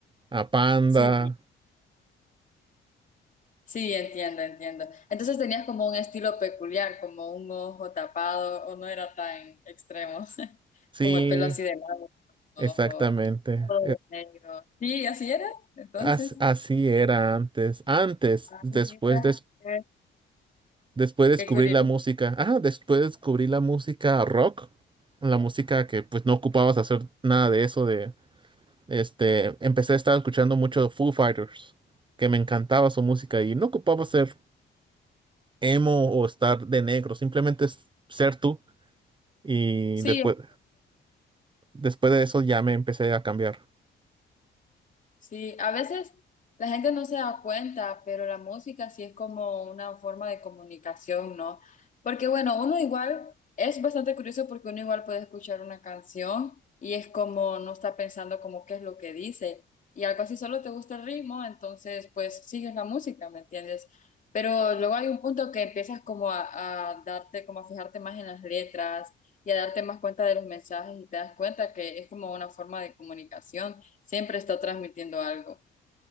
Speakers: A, on the right; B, on the left.
A: a Panda.
B: Sí, sí, entiendo, entiendo. Entonces tenías como un estilo peculiar, como un ojo tapado, o no era tan extremo, <laughs>
A: Sí,
B: como el pelo así de lado, un
A: exactamente.
B: ojo todo negro. Sí, así era, entonces,
A: As- así era antes. Antes,
B: Ay,
A: después,
B: mira,
A: des-
B: qué
A: después descubrí
B: qué curioso.
A: la música. Ah, después descubrí la música rock. La música que pues no ocupabas hacer nada de eso de este. Empecé a estar escuchando mucho Foo Fighters, que me encantaba su música y no ocupaba ser emo o estar de negro, simplemente es ser tú. Y
B: Sí,
A: después, después de eso ya me empecé a cambiar.
B: Sí, a veces la gente no se da cuenta, pero la música sí es como una forma de comunicación, ¿no? Porque bueno, uno igual es bastante curioso porque uno igual puede escuchar una canción y es como no está pensando como qué es lo que dice y algo así, solo te gusta el ritmo, entonces pues sigues la música, ¿me entiendes? Pero luego hay un punto que empiezas como a, a darte, como a fijarte más en las letras y a darte más cuenta de los mensajes y te das cuenta que es como una forma de comunicación. Siempre está transmitiendo algo.